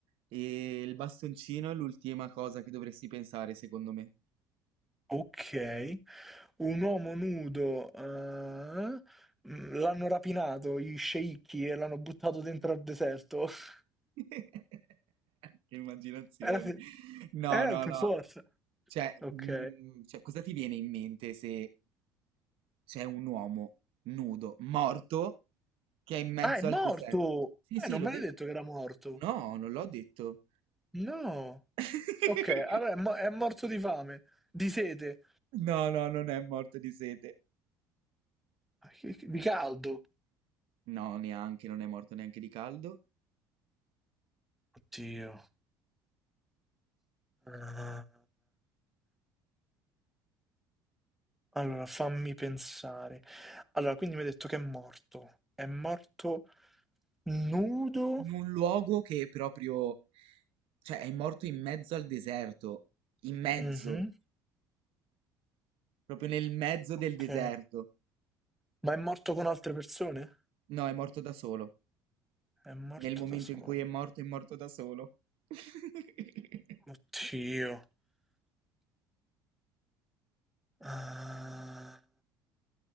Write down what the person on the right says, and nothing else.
eh, il bastoncino è l'ultima cosa che dovresti pensare, secondo me.
<laughs> Che immaginazione.
No,
no,
no.
Cioè,
mm, cioè, cosa ti viene in mente se c'è un uomo nudo, morto, che è in mezzo
al deserto? Sì,
sì,
l'ho
detto.
No, non l'ho detto.
<laughs>
No, no, non è morto di sete.
No, neanche, non è morto neanche di caldo.
In un luogo che è proprio, cioè, è morto in mezzo al deserto. In mezzo,
proprio nel mezzo
del deserto.
No, è morto da solo.
Nel momento
in cui è morto, è morto da solo. <laughs>